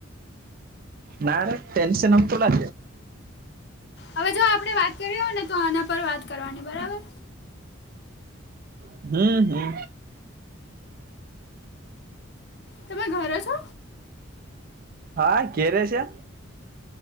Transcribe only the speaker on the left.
હવે જો આપણે વાત કરી હોય ને તો આના પર વાત કરવાની બરાબર.
તમે ઘરે છો?